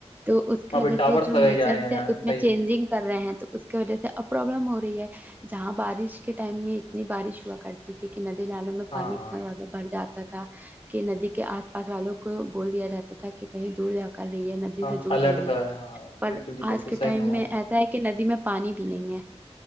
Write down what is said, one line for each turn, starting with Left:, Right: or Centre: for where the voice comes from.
Right: تو اس کی
Left: وہاں
Right: وجہ
Left: پہ ٹاورس
Right: سے جو
Left: لگائے
Right: نیچرس
Left: جا رہے ہیں یار
Right: ہے اس میں
Left: صحیح
Right: چینجنگ کر رہے ہیں تو اس کی وجہ سے اب پروابلم ہو رہی ہے جہاں بارش کے ٹائم میں اتنی بارش ہوا کرتی تھی کہ ندی نالوں میں
Left: ہاں
Right: پانی اتنا زیادہ بڑھ جاتا تھا کہ ندی کے آس پاس والوں کو بول دیا جاتا تھا کہ کہیں دور ج کر رہی ہے ندی
Left: ہاں
Right: سے دور
Left: الرٹ
Right: رہی
Left: لگایا،
Right: ہے
Left: ہاں
Right: پر
Left: بالکل جی بالکل
Right: آج کے
Left: صحیح
Right: ٹائم
Left: فرما
Right: میں
Left: رہے ہو
Right: ایسا ہے کہ ندی میں پانی بھی نہیں ہے